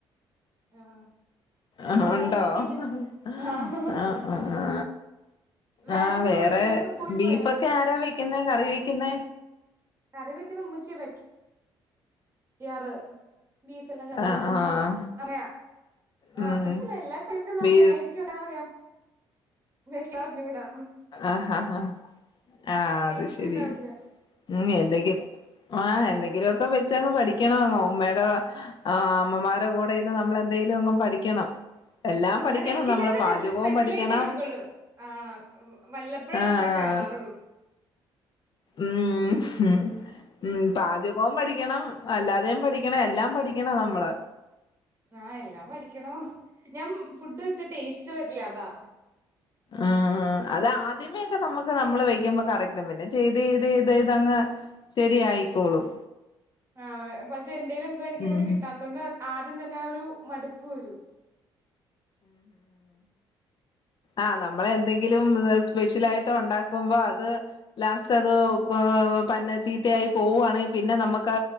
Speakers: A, on the right; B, on the left.
A: ആഹ് പിന്നെ
B: ആഹ് ഉണ്ടോ
A: വേറെന്തൊക്കെയുണ്ട്
B: ആഹ്
A: ആഹ്
B: ഹഹ
A: വേറെന്തൊക്കെയുണ്ട്
B: ആ വേറെ
A: പിള്ളേരൊക്കെ സ്കൂളിൽ
B: ബീഫൊക്കെ
A: പോയോ
B: ആരാ വെക്കുന്നെ കറി വെക്കുന്നെ
A: കറി വയ്ക്കുന്ന ഉമ്മച്ചി യാ വയ് ക്കാറ് ബീഫ് എല്ലാം കറി
B: ആഹ്
A: വെക്കുന്ന
B: ആഹ്
A: അനാ ആ
B: ഉം
A: ബീഫല്ല എല്ലാക്കും വെക്കുന്നെ
B: ബീ
A: അമ്മെ യാ എനിക്കും അങ്ങനെ അറിയാം വെക്കാറുണ്ട് ഇവടെ ആഹ്
B: ആഹ് ഹഹ ഹ ആ
A: ടേസ്റ്റ്
B: അത് ശരി
A: ഉണ്ടാവില്ല
B: ഉ എന്തെങ്കിലും ആഹ് എന്തെങ്കിലുക്കെ വെച്ചങ് പഠിക്കണം ഉമ്മേടെ ആ അമ്മമാരെകൂടെ ഇന്ന് നമ്മൾന്തേലും ഒന്ന് പഠിക്കണം എല്ലാം
A: അങ്ങനെ
B: പഠിക്കണം
A: വെക്കില്ലാന്നല്ല
B: നമ്മള് പാചകവും
A: എങ്കിലും സ്പെഷ്യലായിട്ടേ
B: പഠിക്കണം
A: വെക്കൊള്ളൂ ആ വല്ലപ്പ ഴേ അടുക്കളെ
B: ആഹ്
A: കേറാറുള്ളൂ
B: ഉം ഹും ഉംപാചകവും പഠിക്കണം അല്ലാതെയും പഠിക്കണം എല്ലാം പഠിക്കണം നമ്മള്
A: ആ ഹ്എല്ലാം പഠിക്കണം ഞാൻ ഫുഡ് വെച്ച ടേസ്റ്റ് വരില്ല അതാ
B: ആഹ് അത്ആദ്യമേക്കെ നമുക്ക് നമ്മള് വെക്കുമ്പ കറക്കും പിന്നെ ചെയ്ത് ഇത് ഇത് ഇത്ങ്ങ് ശരിയായിക്കോളും
A: ആ പക്ഷെ എന്തേലും എന്തോ എനിക്കങ്ങനെ
B: ഉം
A: കിട്ടാത്തൊണ്ട് ആദ്യം തന്നെ ആ ഒരു മടുപ്പ് വരും
B: ആഹ് നമ്മള് എന്തെങ്കിലും സ്പെഷ്യലായിട്ട് ഉണ്ടാക്കുമ്പോ അത് ലാസ്റ്റ് അത് ഏ പന്നെ ചീത്തയായി പോവാണങ്കിൽ പിന്നെ നമക്ക്